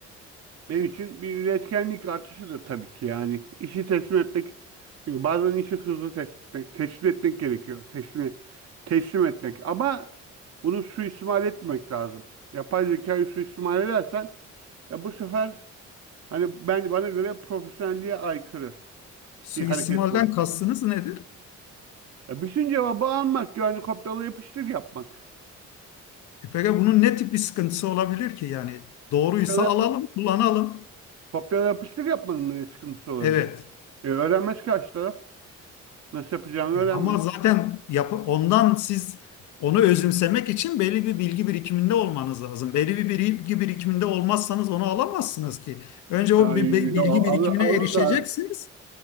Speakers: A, on the right (about 55°); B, on the left (about 75°).
A: benim için bir üretkenlik artışıdır tabii ki yani. işi teslim etmek çünkü bazen işi hızlı teslim etmek, teslim etmek gerekiyor. Teslim teslim etmek ama bunu suistimal etmemek lazım. Yapay zekayı suistimal edersen ya bu sefer Hani ben bana göre profesyonelliğe aykırı
B: suistimalden
A: bir hareket bu.
B: kastınız nedir?
A: Ya bütün cevabı almak yani kopyala yapıştır yapmak.
B: E peki bunun ne tip bir sıkıntısı olabilir ki yani doğruysa
A: Kopyala, yap-
B: alalım, kullanalım.
A: kopyala yapıştır yapmanın ne sıkıntısı olabilir?
B: Evet.
A: E, öğrenmez karşı taraf. Nasıl yapacağını
B: Ya
A: öğrenmez.
B: Ama zaten yap ondan siz onu özümsemek için belli bir bilgi birikiminde olmanız lazım. Belli bir bilgi birikiminde olmazsanız onu alamazsınız ki. Önce o
A: Yani,
B: bir bi- bilgi
A: ya, alır,
B: birikimine
A: alırlar.
B: erişeceksiniz.